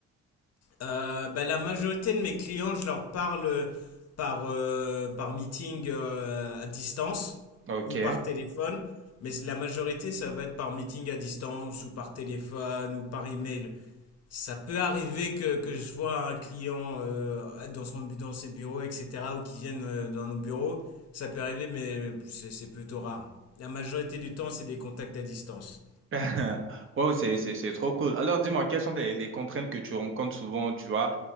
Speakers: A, on the left; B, on the right.
A: Euh, bah, la majorité de mes clients, je leur parle euh, par, euh, par meeting euh, à distance
B: Ok.
A: ou par téléphone, mais la majorité, ça va être par meeting à distance ou par téléphone ou par email. Ça peut arriver que, que je vois un client euh, dans son, dans ses bureaux, etc., ou qui viennent euh, dans nos bureaux. Ça peut arriver, mais c'est c'est plutôt rare. La majorité du temps, c'est des contacts à distance.
B: <laughs> Wow, c'est, c'est, c'est trop cool. Alors dis-moi, quelles sont les, les contraintes que tu rencontres souvent, tu vois,